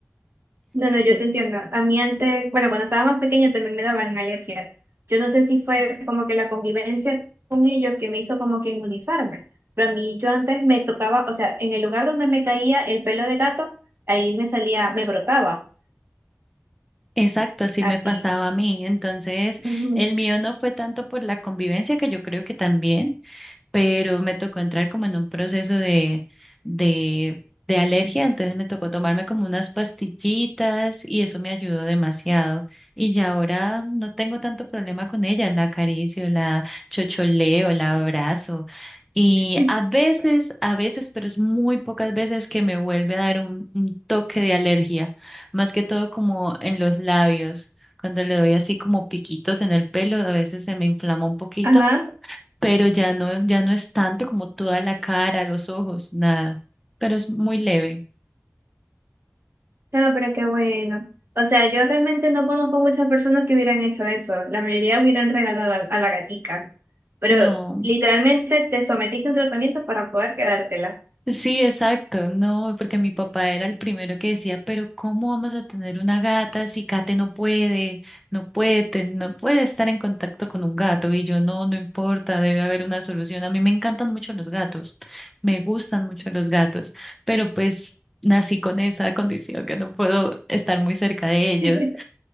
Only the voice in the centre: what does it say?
E-
Exacto, así
me pasaba a mí. Entonces,
el mío no fue tanto por la convivencia, que yo creo que también. pero me tocó entrar como en un proceso de, de, de alergia, entonces me tocó tomarme como unas pastillitas y eso me ayudó demasiado. Y ya ahora no tengo tanto problema con ella, la acaricio, la chocholeo, la abrazo. Y
a veces, a veces, pero es muy pocas veces que me vuelve a dar un, un toque de alergia, más que todo como en los labios. Cuando le doy así como piquitos en el pelo, a veces se me inflama un poquito,
pero ya no, ya no es tanto como toda la cara, los ojos, nada, pero es muy leve.
No,
sí, exacto, no, porque mi papá era el primero que decía, pero ¿cómo vamos a tener una gata si Kate no puede, no puede, te- no puede estar en contacto con un gato? Y yo, no, no importa, debe haber una solución. A mí me encantan mucho los gatos, me gustan mucho los gatos, pero pues nací con esa condición que no puedo estar muy cerca de ellos.